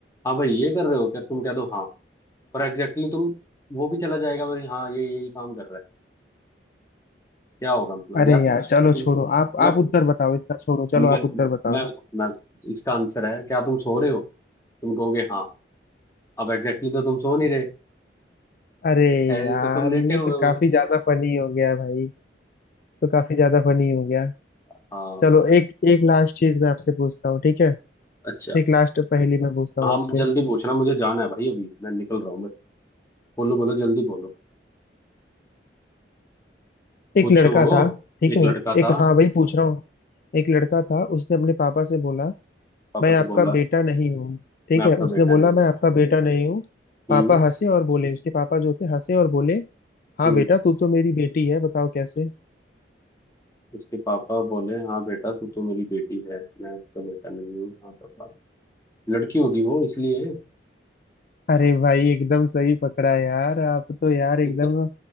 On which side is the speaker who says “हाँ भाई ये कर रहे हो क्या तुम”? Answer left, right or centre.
Left